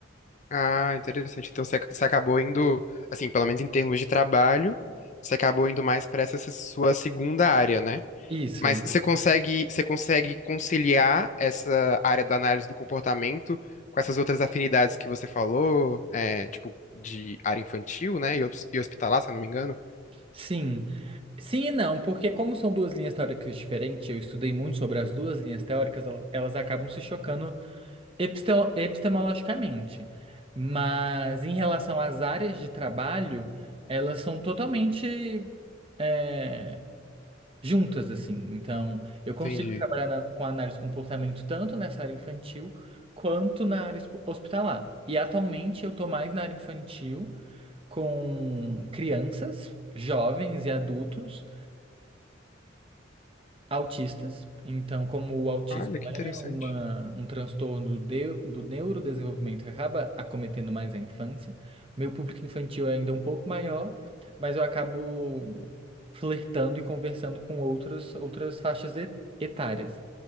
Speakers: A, on the left (about 40°); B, on the right (about 30°).
A: Ah, interessante. Então você, ac- você acabou indo, assim, pelo menos em termos de trabalho, você acabou indo mais para essa sua segunda área, né?
B: Isso,
A: Mas você consegue, você consegue conciliar essa área da análise do comportamento com essas outras afinidades que você falou, é, tipo, de área infantil, né? E hos- e hospitalar, se eu não me engano.
B: sim. Sim e não, porque como são duas linhas teóricas diferentes, eu estudei muito sobre as duas linhas teóricas, el- elas acabam se chocando epistel- epistemologicamente. Mas em relação às áreas de trabalho, elas são totalmente é, juntas, assim. Então, eu
A: Entendi.
B: consigo trabalhar na- com análise de comportamento tanto nessa área infantil quanto na área espo- hospitalar. E atualmente eu estou mais na área infantil com crianças, jovens e adultos. autistas. Então, como o autismo
A: Olha, que
B: é
A: interessante.
B: uma, um transtorno de- do neurodesenvolvimento, acaba acometendo mais a infância. Meu público infantil é ainda um pouco maior, mas eu acabo flertando e conversando com outras, outras faixas et- etárias.